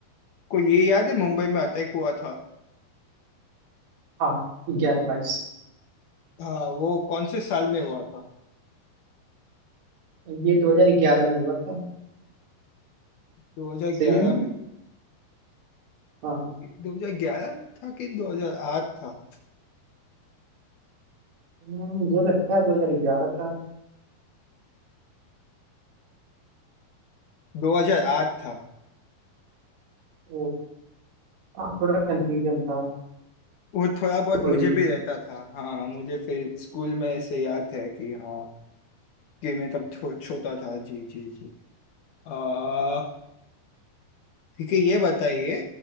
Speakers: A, on the left; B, on the right.
A: को ये याद है मुंबई में अटैक हुआ था
B: हाँ ग्यारह बाईस
A: आ, वो कौन से साल में हुआ था
B: ग्यारह ये दो हजार ग्यारह में हुआ था
A: 2011
B: सही है ना
A: में
B: हाँ
A: 2011 था कि 2008 था
B: हम्म, मुझे लगता है 2011 था
A: 2008 था
B: वो हाँ थोड़ा कंफ्यूजन था
A: वो थोड़ा बहुत
B: कोई
A: मुझे
B: नहीं
A: भी रहता था हाँ मुझे फिर स्कूल में ऐसे याद है कि हाँ कि मैं तब छो, छोटा था जी जी जी आ ठीक है ये बताइए